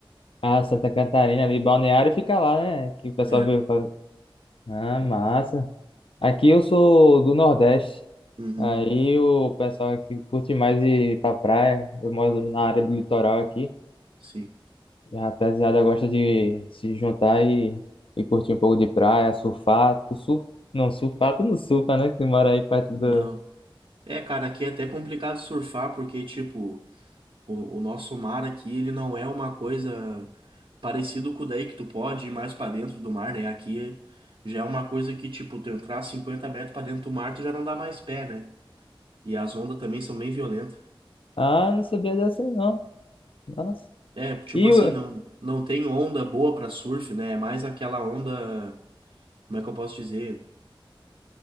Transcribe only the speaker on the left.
ah, Santa Catarina ali, Balneário fica lá, né? Que o pessoal
veio fazer. Ah, massa. Aqui eu sou do Nordeste.
Aí o pessoal aqui curte mais ir pra praia. Eu moro na área do litoral aqui.
E a rapaziada gosta de se juntar e, e curtir um pouco de praia, surfar. Tu surf... Não, surfar tu não surfa, né? Que tu mora aí perto do.
Ah, não sabia dessa aí, não. Nossa.
E
o.